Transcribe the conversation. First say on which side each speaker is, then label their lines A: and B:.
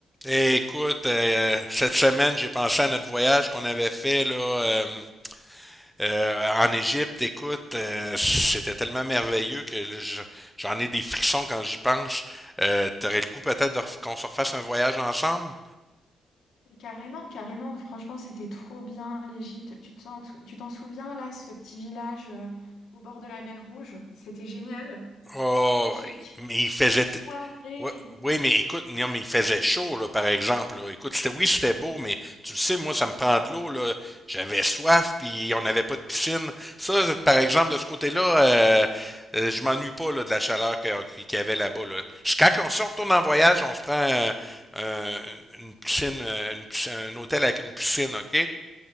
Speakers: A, in the centre; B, on the left.
A: Eh, écoute, euh, cette semaine, j'ai pensé à notre voyage qu'on avait fait là, euh, euh, en Égypte. Écoute, euh, c'était tellement merveilleux que là, je- j'en ai des frissons quand j'y pense. Euh, t'aurais le goût peut-être de ref- qu'on se refasse un voyage ensemble?
B: Carrément, carrément. Franchement, c'était trop bien l'Égypte. Tu t'en, tu t'en souviens là, ce petit village euh, au bord de la mer Rouge? C'était génial.
A: Oh,
B: Sharm el-Sheikh.
A: mais il faisait.
B: Et les
A: t-
B: soirées.
A: Ouais, oui, mais écoute, non, mais il faisait chaud, là, par exemple. là. Écoute, c'était, oui, c'était beau, mais tu le sais, moi, ça me prend de l'eau, là. J'avais soif, puis on n'avait pas de piscine. Ça, par exemple, de ce côté-là, euh, euh, je m'ennuie pas, là, de la chaleur que- qu'il y avait là-bas, là. C'est Quand on, si on retourne en voyage, on se prend euh, euh, une piscine, euh, une piscine- un hôtel avec une piscine, OK?